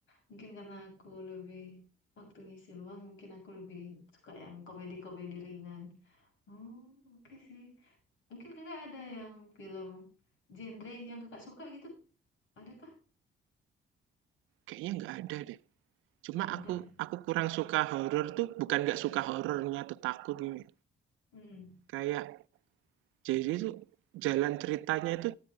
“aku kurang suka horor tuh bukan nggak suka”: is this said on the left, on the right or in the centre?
Right